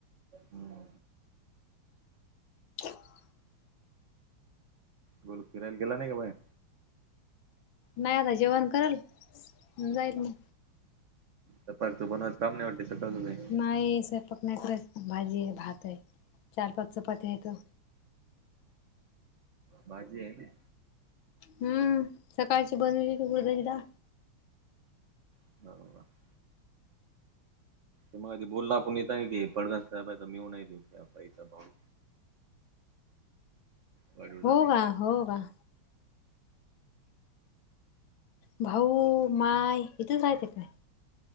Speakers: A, on the right (about 80°); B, on the left (about 70°).
A: हम्.
B: <unintelligible>
A: गोलू फिरायला गेला नाही का बाहेर.
B: नाही आता जेवण करल जाईल मग.
A: तर फालतू बनवायचं काम नाही. वाटते सकाळ नाही.
B: नाही स्वयपाक नाही करच भाजी आहे, भात आहे, चार पाच चपाती आहेेत.
A: बाझी आहे का?
B: हम्म सकाळची बनवलेली उडदाची डाळ.
A: <inaudible> तुम्हाला ते बोललो नेते की तुम्हाला पडदा साहेबाचा मेव्हणा हाय की मायेचा भाऊ. पाडू
B: हो
A: दाखव.
B: का हो का भाऊ, माय इथेच राहते काय?